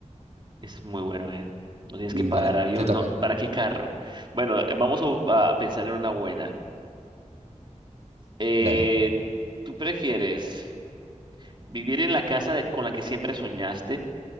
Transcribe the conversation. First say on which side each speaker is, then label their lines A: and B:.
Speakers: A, on the right (about 40°); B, on the right (about 60°).
A: es muy bueno, ¿eh? No tienes
B: Mm,
A: que pagar
B: Vale,
A: avión,
B: te toca.
A: no, ¿para qué carro? Bueno, eh, vamos a, bu- a pensar en una buena. Eh,
B: Venga.
A: ¿tú prefieres? Vivir en la casa de- con la que siempre soñaste,